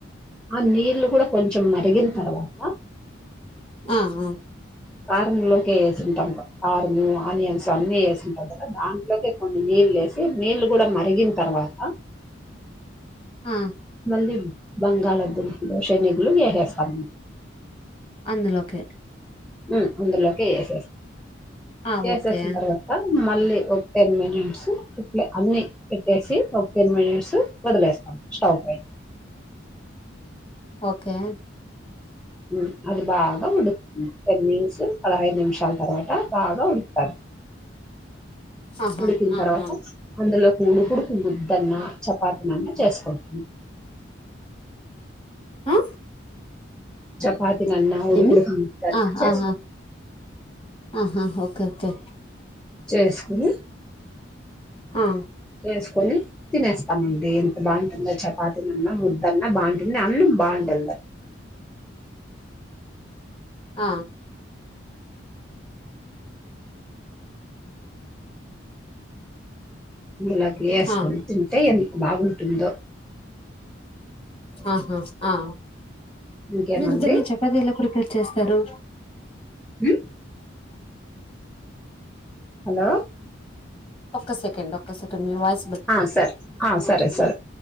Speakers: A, in the centre; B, on the left (about 30°).
A: ఆ నీళ్లు కూడా కొంచెం మరిగిన తర్వాత
B: ఆ ఆ
A: కారంలోకే టాం కారం ఆనియన్స్ అన్ని వే కదా దాంట్లోకి కొన్ని నీళ్ళు వేసి నీళ్ళు కూడా మరిగిన తర్వాత
B: ఆ
A: దిం బంగాళాదుంపులు శనీగులు ఏహేస్తాం
B: అందులోకే
A: ఉమ్ అందులోకే ఏసేస్తా
B: ఆ
A: ఏసేసిన
B: ఓకే
A: తర్వాత మళ్ళీ ఒక టెన్ మినిట్స్ అప్లే అన్ని పెట్టేసి ఓ టెన్ మినిట్స్ వదిలేస్తాం స్టవ్ పై
B: ఓకే
A: ఉమ్ అది బాగా ఉడుకుంది టెన్ మిట్స్ పదహైదు నిమిషాలు తర్వా్ బాగా ఉడుకుతాది
B: ఆహా
A: ఉడికిన
B: ఆ
A: తర్వాత
B: ఆ
A: అందులో ఉడుకుడుకు ముద్దన్నా చపాతీలన్నా చేసుకుంటాము
B: ఆ
A: చపాతీ నన్నా ఉడుకుడుకు
B: ఏమి
A: ముద్దన్నా
B: ఆ
A: చేసుకున్
B: ఆహా ఆహా ఓకే ఓకే
A: చేసుకుని
B: ఆ
A: వేసుకొని తినేస్తామండి బావుంటుందా చపాతినన్నా ముద్దన్నా బావుంటుంది అన్నం బావుండాల
B: ఆ
A: అందులోకి ఏసుకొని
B: ఆ
A: తింటే ఎంత బాగున్ టుందో
B: ఆహా ఆ
A: ఇంకేమండి
B: నిరుద్దని చపాతి ఎలా ప్రిపేర్ చేస్తారు
A: మ్మ్ హలో
B: ఒక్క సెకండ్ ఒక్క సెకండ్ మీ వాయి
A: ఆ సరే ఆ సరే సరే